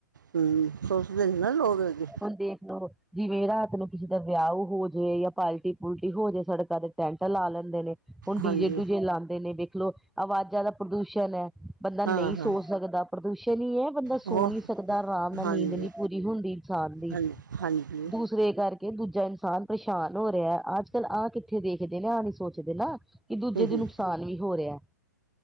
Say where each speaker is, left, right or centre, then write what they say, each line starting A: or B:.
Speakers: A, on the right; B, in the centre.
A: ਹੂੰ, ਸੋਚਦੇ ਨਹੀਂ ਨਾ ਲੋਕ ਅੱਗੇ।
B: ਹੁਣ ਦੇਖ ਲਓ ਜਿਵੇਂ ਰਾਤ ਨੂੰ ਕਿਸੇ ਦਾ ਵਿਆਹ ਹੋਜੇ ਜਾਂ ਪਾਲਟੀ ਪੂਲਟੀ ਹੋਜੇ, ਸੜਕਾਂ ਤੇ ਟੈਂਟ ਲਾ ਲੈਂਦੇ ਨੇ। ਹੁਣ ਡੀ-ਜੇ
A: ਹਾਂਜੀ
B: ਡੂ-ਜੇ ਲਾਂਦੇ ਨੇ, ਦੇਖਲੋ ਆਵਾਜ਼ਾਂ ਦਾ ਪ੍ਰਦੂਸ਼ਣ ਐ। ਬੰਦਾ
A: ਹਾਂ
B: ਨਹੀਂ
A: ਹਾਂ
B: ਸੋ ਸਕਦਾ, ਪ੍ਰਦੂਸ਼ਣ ਹੀ ਐ ਬੰਦਾ
A: ਉਹ
B: ਸੋ ਨਹੀਂ ਸਕਦਾ, ਆਰਾਮ ਨਾਲ
A: ਹਾਂਜੀ
B: ਨੀਂਦ ਨਹੀਂ ਪੂਰੀ ਹੁੰਦੀ। <inaudible> ਦੂ
A: ਹਾਂਜੀ ਹਾਂਜੀ
B: ਦੂਸਰੇ ਕਰਕੇ ਦੂਜਾ ਇਨਸਾਨ ਪਰੇਸ਼ਾਨ ਹੋ ਰਿਹਾ, ਅੱਜ-ਕੱਲ ਆਹ ਕਿੱਥੇ ਦੇਖਦੇ ਨੇ, ਆਹ ਨੀ ਸੋਚਦੇ ਨਾ। ਕਿ ਦੂਜੇ
A: ਹੂੰ
B: ਦੇ
A: ਹੂੰ
B: ਨੁਕਸਾਨ ਵੀ ਹੋ ਰਿਹਾ।